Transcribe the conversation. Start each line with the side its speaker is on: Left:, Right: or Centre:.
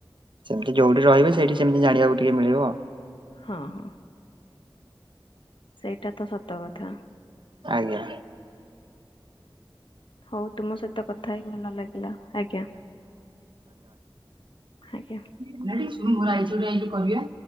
Right: ସେମିତି ଯୋଉଠି ରହିବେ ସେଇଠି ସେମିତି ଜାଣିବାକୁ ଟିକେ ମିଳିବ।
Left: ହଁ ହଁ। ସେଇଟା ତ ସତ କଥା।
Right: ଆଜ୍ଞା।
Left: ହଉ ତୁମ ସହିତ କଥା ହେଇ ଭଲ ଲାଗିଲା ଆଜ୍ଞା। ଆଜ୍ଞା।
Right: <unintelligible> କରିବା।